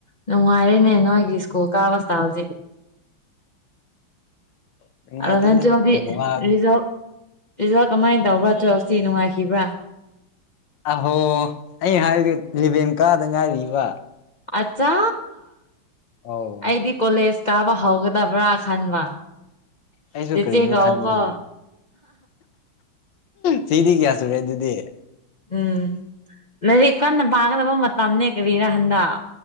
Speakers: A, on the left; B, on the left.
A: ꯅꯨꯡꯉꯥꯏꯔꯦꯅꯦ ꯅꯣꯏꯒꯤ ꯁ꯭ꯀꯨꯜ ꯀꯥꯕ ꯁꯇꯥꯏꯜ ꯖꯤ
B: ꯎꯝ ꯅꯨꯡꯉꯥꯏꯇꯦꯗ
A: ꯑꯂꯕꯦꯟ ꯇꯨꯋꯦꯜꯄꯗꯤ
B: ꯌꯥꯝ ꯋꯥꯕꯅꯦ
A: ꯔꯤꯖꯜ ꯔꯤꯖꯜ ꯀꯃꯥꯏꯅ ꯇꯧꯕ꯭ꯔꯥ ꯇꯨꯋꯜꯞꯇꯤ ꯅꯨꯡꯉꯥꯏꯈꯤꯕ꯭ꯔꯥ
B: ꯑꯍꯣ ꯑꯩ ꯍꯥꯏꯗꯤ ꯏꯂꯤꯕꯦꯟ ꯀꯥꯗ ꯉꯥꯏꯔꯤꯕ
A: ꯑꯠꯆꯥ
B: ꯑꯧ
A: ꯑꯩꯗꯤ ꯀꯣꯂꯦꯖ ꯀꯥꯕ ꯍꯧꯒꯗꯕ꯭ꯔꯥ ꯈꯟꯕ
B: ꯑꯩꯁꯨ
A: ꯆꯦꯆꯦ
B: ꯀꯔꯤꯅꯣ
A: ꯀꯧꯀꯣ
B: ꯈꯟꯕꯅꯤ ꯆꯍꯤꯗꯤ ꯀꯌꯥ ꯁꯨꯔꯦ ꯑꯗꯨꯗꯤ
A: ꯎꯝ ꯂꯥꯏꯔꯤꯛ ꯀꯟꯅ ꯄꯥꯒꯗꯕ ꯃꯇꯝꯅꯦ ꯀꯔꯤꯔꯥ ꯍꯟꯗꯛ